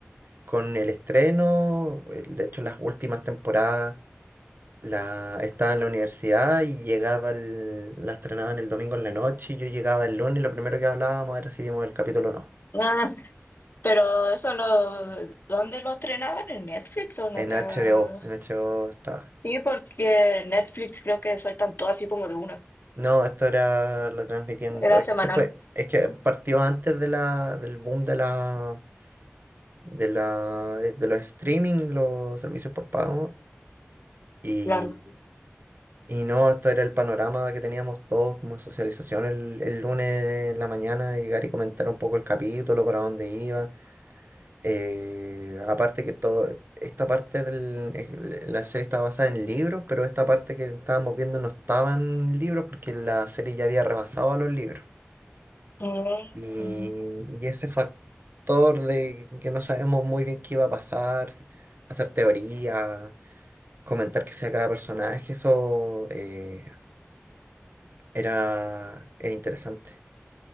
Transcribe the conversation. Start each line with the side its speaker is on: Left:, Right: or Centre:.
Right: con el estreno. el- De hecho las últimas temporadas la, estaba en la universidad y llegaba el, la estrenaban el domingo en la noche y yo llegaba el lunes y lo primero que hablábamos era si vimos el capítulo o no.
Left: Ah, pero eso lo, ¿dónde lo estrenaban? ¿En Netflix o en
Right: En
Left: otra?
Right: HBO, en HBO está.
Left: Sí, porque en Netflix creo que sueltan todo así como de una.
Right: No, esto era, lo transmitían,
Left: Era semanal,
Right: esto fue, es que partió antes de la, del boom de la, de la, de los streaming, los servicios por pago, y,
Left: claro.
Right: y no, esto era el panorama que teníamos todos como socialización el, el lunes en la mañana, llegar y comentar un poco el capítulo, para dónde iba, Eh, aparte que todo, esta parte del, el- la serie estaba basada en libros, pero esta parte que estábamos viendo no estaban libros porque la serie ya había rebasado a los libros.
Left: Mm.
Right: Y, y ese factor de que no sabemos muy bien qué iba a pasar, hacer teoría, comentar qué hacía cada personaje, eso eh, era, era interesante.